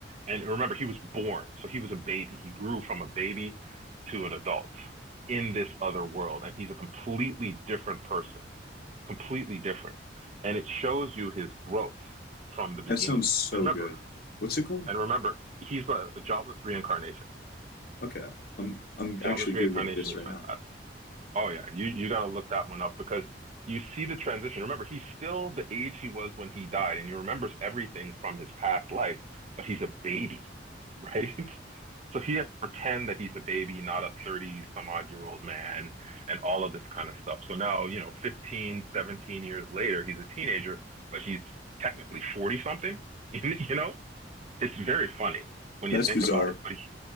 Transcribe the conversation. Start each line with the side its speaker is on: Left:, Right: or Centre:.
Right: And remember, he was born, so he was a baby. He grew from a baby to an adult in this other world, and he's a completely different person completely different. And it shows you his growth from the beginning.
Left: That sounds so
Right: And remember,
Left: good. What's it called?
Right: and remember, he's a, a jobless reincarnation.
Left: Okay, I'm I'm
Right: Jobless
Left: actually
Right: reincarnation
Left: Googling this
Right: is
Left: right
Right: fantastic.
Left: now.
Right: Oh yeah, you you got to look that one up because you see the transition. Remember, he's still the age he was when he died, and he remembers everything from his past life, but he's a baby, right? <laughs> So he has to pretend that he's a baby, not a 30 some odd year old man, and all of this kind of stuff. So now, you know, 15, 17 years later, he's a teenager, but he's technically 40 something, <laughs> you know? It's very funny when
Left: That's
Right: you think
Left: bizarre.
Right: about it, but